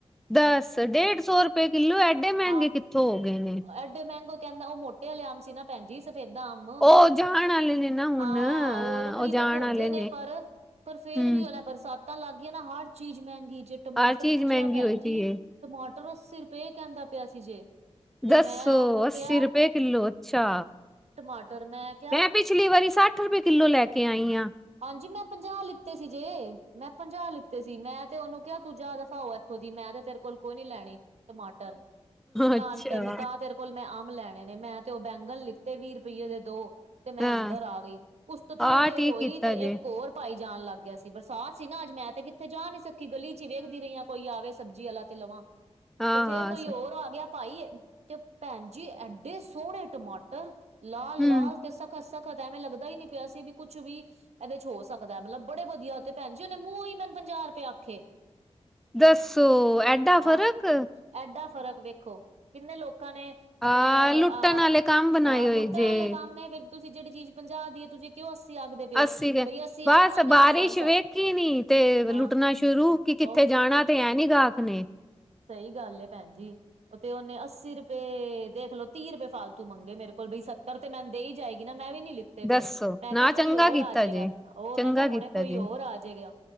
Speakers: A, in the centre; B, on the right (about 80°).
A: ਦੱਸ ਡੇਢ ਸੌ ਰੁਪਏ ਕਿੱਲੋ, ਐਡੇ ਮਹਿੰਗੇ
B: ਹਾਂ
A: ਕਿੱਥੋਂ ਹੋ ਗਏ ਨੇ।
B: ਐਡੇ ਮਹਿੰਗੋ। ਕਹਿੰਦਾ ਉਹ ਮੋਟੇ ਵਾਲੇ ਅੰਬ ਸੀ ਨਾ ਭੈਣ ਜੀ। ਸਫੇਦਾ ਅੰਬ
A: ਉਹ ਜਾਣ ਆਲੇ ਨੇ ਨਾ ਹੁਣ
B: ਹਾਂ ਉਹ ਰੱਖੜੀ ਤਕ
A: ਜਾਣ
B: ਹੁੰਦੇ
A: ਆਲੇ
B: ਨੇ ਪਰ। ਪਰ ਫੇਰ
A: ਹੂੰ।
B: ਵੀ ਉਹਨੇ ਬਰਸਾਤਾਂ ਲੱਗ ਗਈਆਂ ਨਾ ਹਰ ਚੀਜ਼ ਮਹਿੰਗੀ ਜੇ ਟਮਾਟਰ
A: ਹਰ ਚੀਜ਼
B: ਪੁੱਛਿਆ
A: ਮਹਿੰਗੀ
B: ਭੈਣ
A: ਹੋਈ
B: ਜੀ।
A: ਪਈ ਏ
B: ਟਮਾਟਰ ਅੱਸੀ ਰੁਪਏ ਕਹਿੰਦਾ ਪਿਆ ਸੀ ਜੇ। ਤੇ
A: ਦੱਸੋ
B: ਮੈਂ ਉਹਨੂੰ
A: ਅੱਸੀ
B: ਕਿਹਾ
A: ਰੁਪਏ ਕਿਲੋ ਅੱਛਾ।
B: ਮਟਰ ਮੈਂ। ਕਿਹਾ
A: ਮੈਂ ਪਿਛਲੀ ਵਾਰੀ ਸੱਠ ਰੁਪਏ ਕਿੱਲੋ ਲੈ ਕੇ ਆਈ ਆ।
B: ਹਾਂਜੀ ਮੈਂ ਪੰਜਾਹ ਲਿੱਤੇ ਸੀ ਜੇ ਮੈਂ ਪੰਜਾਹ ਲਿੱਤੇ ਸੀ ਮੈਂ ਤੇ ਉਹਨੂੰ ਕਿਹਾ ਤੂੰ ਜਾ ਦਫਾ ਹੋ ਇਥੋਂ। ਉਥੋਂ ਦੀ ਮੈਂ ਤੇ ਤੇਰੇ ਕੋਲ ਕੋਈ ਨੀ ਲੈਣੇ ਟਮਾਟਰ ਨਾ
A: ਅੱਛਾ
B: ਤੈਨ ਤਾਂ ਤੇਰੇ ਕੋਲ ਕੋਲ ਮੈਂ ਅੰਮ ਲੈਣੇ ਨੇ ਮੈਂ ਤੇ ਓ ਬੈਂਗਨ ਲਿੱਤੇ ਵੀਹ ਰੁਪਈਏ ਦੇ ਦੋ। ਤੇ ਮੈਂ
A: ਹਾਂ
B: ਅੰਦਰ ਆ ਗਈ ਉਸ ਤੋਂ ਥੋੜ੍ਹੀ
A: ਆਹ
B: ਦੇਰ
A: ਠੀਕ
B: ਹੋਈ
A: ਕੀਤਾ
B: ਤੇ
A: ਜੇ
B: ਇੱਕ ਹੋਰ ਭਾਈ ਜਾਣ ਲੱਗ ਗਿਆ ਸੀ ਬਰਸਾਤ ਸੀ ਨਾ ਅੱਜ ਮੈਂ ਤੇ ਕਿੱਥੇ ਜਾ ਨੀ ਸ ਕੀ ਗਲੀ ਚ ਈ ਵੇਖਦੀ ਰਹੀ ਹਾਂ ਕੋਈ ਆਵੇ ਸਬਜ਼ੀ ਆਲਾ ਤੇ ਲਵਾਂ
A: ਹਾਂ-ਹਾਂ
B: ਤੇ ਫੇਰ ਕੋਈ ਹੋਰ ਆ ਗਿਆ। ਭਾਈ ਤੇ ਭੈਣ ਜੀ ਐਡੇ ਸੋਣੇ ਟਮਾਟਰ ਲਾਲ-ਲਾਲ
A: ਹੂੰ
B: ਤੇ ਸਖਤ ਸ ਖਤ ਐਵੇੈਂ ਲੱਗਦਾ ਈ ਨੀ ਪਿਆ ਸੀ ਵੀ ਕੁੱਛ ਵੀ ਐਦੇ ਚ ਹੋ ਸਕਦਾ ਮਤਲਬ ਬੜੇ ਵਧੀਆ ਤੇ ਭੈਣ ਜੀ ਓਨੇ ਮੂੰਹੋਂ ਹੀ ਮੈਨੂੰ ਪੰਜਾਹ ਰੁਪਏ ਆਖੇ।
A: ਦੱਸੋ ਐਡਾ ਫ਼ਰਕ।
B: ਆਹ ਐਡਾ ਫਰਕ ਵੇਖੋ ਕਿੰਨੇ ਲੋਕਾਂ ਨੇ
A: ਹਾਂ
B: ਆਪਣੇ
A: ਲੁੱਟਣ
B: ਅ
A: ਆਲੇ ਕੰਮ ਬਣਾਏ
B: ਹਾਂ
A: ਹੋਏ
B: ਲੁੱਟਣ
A: ਜੇ
B: ਆਲੇ ਕੰਮ ਨੇ ਫਿਰ ਤੁਸੀਂ ਜਿਹੜੀ ਚੀਜ਼ ਪੰਜਾਹ ਦੀ ਏ ਤੁਸੀਂ ਕਿਉਂ ਅੱਸੀ ਆਖਦੇ ਪਏ ਓ
A: ਅੱਸੀ ਦੇ
B: ਬਈ ਅਸੀਂ
A: ਬਸ
B: ਆਖਾਂਗੇ
A: ਬਾਰਿਸ਼
B: ਤੇ ਸਾਂਸ <unintelligible>
A: ਵੇਖੀ ਨੀ ਤੇ ਲੁੱਟਣਾ ਸ਼ੁਰੂ ਕਿ ਕਿੱਥੇ ਜਾਣਾ ਤੇ ਐ ਨੀ ਗਾਹਕ ਨੇ।
B: ਸਈ ਗੱਲ ਐ ਭੈਣ ਜੀ। ਓ ਤੇ ਓਨੇ ਅੱਸੀ ਰੁਪਏ ਦੇਖਲੋ ਤੀਹ ਰੁਪਏ ਫਾਲਤੂ ਮੰਗੇ ਮੇਰੇ ਕੋਲ ਬੀ ਸੱਤਰ ਤੇ ਮੈਂ ਦੇ ਈ ਜਾਏਗੀ ਨਾ ਮੈਂ ਵੀ ਨੀ ਲਿੱ ਤੇ
A: ਦੱਸੋ
B: ਫੇਰ ਮੈਂ
A: ਨਾ
B: ਕਾ ਕੋਈ
A: ਚੰਗਾ
B: ਓਰ
A: ਕੀਤਾ
B: ਅਜੇਗਾ
A: ਜੇ
B: ਓ
A: ਚੰਗਾ
B: ਮੈਂ ਕਾ
A: ਕੀਤਾ
B: ਹੁਣ ਕੋਈ
A: ਜੇ
B: ਹੋਰ ਆ ਜੇਗਾ।